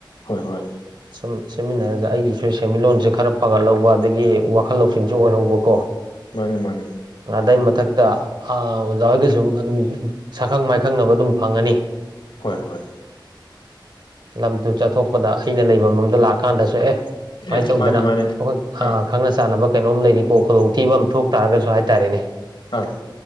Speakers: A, on the left; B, on the right.
A: ꯍꯣꯏ ꯍꯣꯏ
B: ꯁ ꯁꯦꯝꯃꯤꯟꯅꯔꯒ ꯑꯩꯒꯤꯁꯨ ꯁꯦꯟꯃꯤꯠꯂꯣꯟꯁꯦ ꯈꯔ ꯐꯒꯠꯍꯧꯕ ꯑꯗꯒꯤ ꯋꯥꯈꯜ ꯂꯧꯁꯤꯡꯁꯨ ꯑꯣꯏꯍꯧꯕꯀꯣ
A: ꯃꯥꯅꯦ ꯃꯥꯅꯦ
B: ꯑꯗꯩ ꯃꯊꯛꯇ ꯑꯣꯖꯥ ꯍꯣꯏꯒ ꯁꯨꯝ ꯑꯗꯨꯝ ꯁꯛꯈꯪ ꯃꯥꯏꯈꯪꯅꯕ ꯑꯗꯨꯝ ꯐꯪꯉꯅꯤ
A: ꯍꯣꯏ ꯍꯣꯏ
B: ꯎꯝ ꯇꯨ ꯆꯠꯊꯣꯛꯄꯗ ꯑꯩꯅ ꯂꯩꯕ ꯃꯝꯗ ꯂꯥꯛꯀꯥꯟꯗꯁꯨ ꯑꯦ ꯁꯨꯃꯥꯏꯅ
A: ꯑꯦ
B: ꯇꯧꯗꯅ
A: ꯃꯥꯅꯦ ꯃꯥꯅꯦ
B: ꯑꯩꯈꯣꯏ ꯑ
A: ꯑꯥ
B: ꯈꯪꯅ ꯆꯥꯟꯅꯕ ꯀꯩꯅꯣꯝ ꯂꯩꯔꯤꯀꯣ ꯈꯨꯗꯣꯡꯊꯤꯕ ꯑꯃ ꯊꯣꯛ ꯇꯥꯔꯒꯁꯨ ꯍꯥꯏꯇꯥꯔꯦꯅꯦ
A: ꯑ